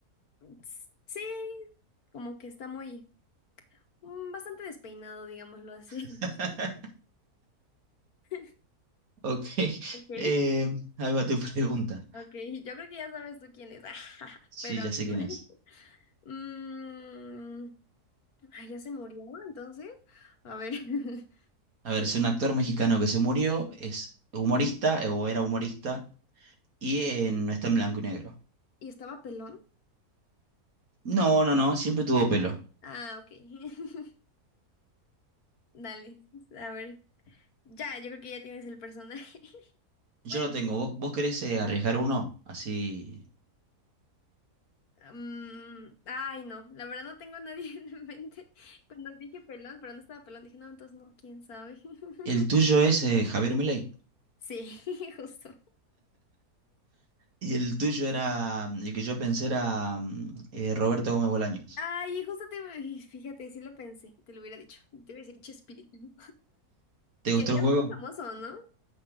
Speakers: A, on the left; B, on the right.
A: s- sí, como que está muy, mm, bastante despeinado, digámoslo así.
B: <laughs>
A: <laughs>
B: Ok.
A: Ok,
B: eh, ahí va tu <laughs> pregunta.
A: ok, yo creo que ya sabes tú quién es, <laughs>
B: Sí,
A: pero
B: ya
A: a
B: sé
A: ver.
B: quién
A: <laughs>
B: es.
A: Mm, ay, ya se murió, entonces, a ver. <laughs>
B: A ver, es un actor mexicano que se murió, es humorista eh, o era humorista y eh, no está en blanco y negro.
A: ¿Y estaba pelón?
B: No, no, no, siempre tuvo pelo.
A: Ah, ok. <laughs> Dale, a ver. Ya, yo creo que ya tienes el personaje. <laughs>
B: Yo
A: Bueno.
B: lo tengo. ¿Vos, vos querés eh, arriesgar uno? Así.
A: Mm, ay, no, la verdad no tengo a nadie <laughs> en mente. Cuando dije pelón, pero no estaba pelón, dije, no, entonces no, quién sabe. <laughs>
B: El tuyo es eh, Javier Milei.
A: Sí, <laughs> justo.
B: Y el tuyo era. mm, El que yo pensé era mm, eh, Roberto Gómez Bolaños.
A: Ay, justo te, y fíjate, sí lo pensé, te lo hubiera dicho. Te iba a decir Chespirito. ¿no?
B: ¿Te
A: Que
B: gustó
A: allá
B: el juego?
A: es muy famoso, ¿no?